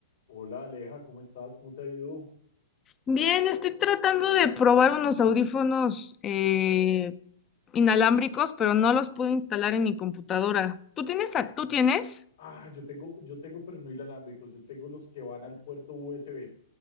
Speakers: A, on the left; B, on the left.
A: Hola Aleja, ¿cómo estás? ¿Cómo te ha ido?
B: Bien, estoy tratando de probar unos audífonos eh, inalámbricos, pero no los pude instalar en mi computadora. ¿Tú tienes? a- ¿Tú tienes?
A: Ah, yo tengo, yo tengo, pero no inalámbricos, yo tengo los que van al puerto USB.